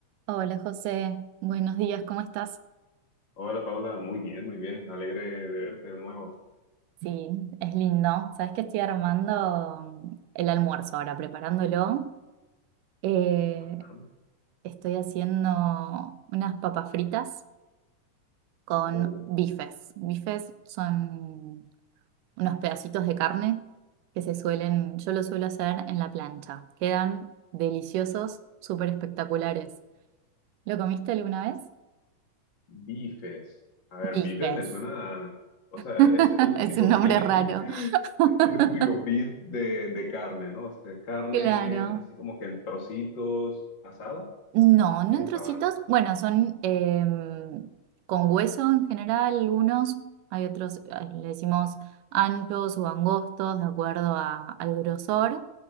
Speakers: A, on the right; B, on the left.
A: Hola José, buenos días, ¿cómo estás?
B: Hola Paula, muy bien, muy bien, alegre de verte de nuevo.
A: Sí, es lindo. Sabes que estoy armando mm, el almuerzo ahora, preparándolo. Eh,
B: Ajá.
A: estoy haciendo unas papas fritas con
B: Oh,
A: bifes. Bifes son unos pedacitos de carne que se suelen, yo lo suelo hacer en la plancha. Quedan deliciosos, súper espectaculares. ¿Lo comiste alguna vez?
B: bifes. A ver,
A: Bifes.
B: bifes me suena, a- o sea,
A: <laughs>
B: es el típico
A: Es un nombre
B: beef,
A: raro.
B: <laughs>
A: <laughs>
B: el típico beef de, de carne, ¿no? O sea, carne
A: Claro.
B: así como que en trocitos, asada,
A: No, no
B: es
A: en
B: asada,
A: trocitos.
B: ¿no?
A: Bueno, son em, con hueso en general algunos. Hay otros, ah, le decimos anchos o angostos, de acuerdo a- al grosor.